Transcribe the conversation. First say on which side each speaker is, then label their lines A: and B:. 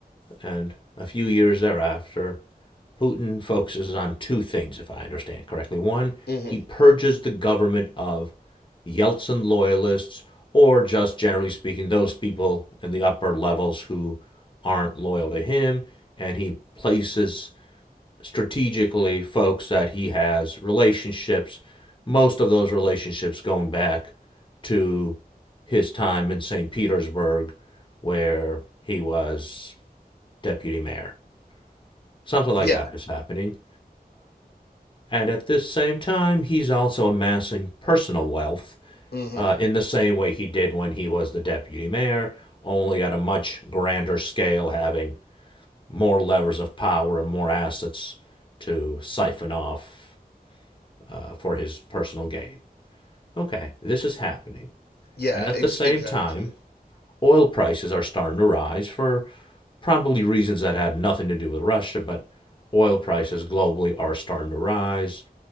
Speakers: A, on the left (about 30°); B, on the left (about 80°).
A: And a few years thereafter, Putin focuses on two things, if I understand correctly. One,
B: hmm
A: he purges the government of Yeltsin loyalists, or just generally speaking, those people in the upper levels who aren't loyal to him, and he places strategically folks that he has relationships, most of those relationships going back to his time in St. Petersburg, where he was deputy mayor. Something like
B: Yeah.
A: that is happening. And at this same time, he's also amassing personal wealth
B: hmm
A: uh, in the same way he did when he was the deputy mayor, only at a much grander scale, having more levers of power and more assets to siphon off uh, for his personal gain. Okay, this is happening.
B: Yeah,
A: And at
B: ex-
A: the same
B: exactly.
A: time, oil prices are starting to rise for probably reasons that had nothing to do with Russia, but oil prices globally are starting to rise